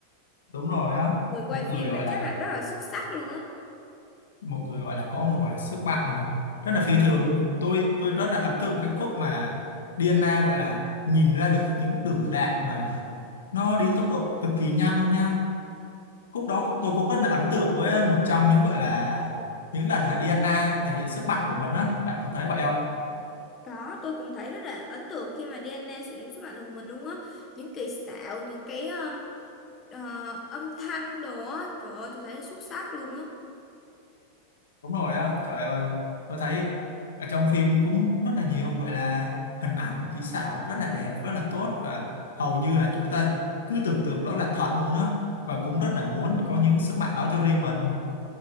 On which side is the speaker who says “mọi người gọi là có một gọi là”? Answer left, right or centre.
Left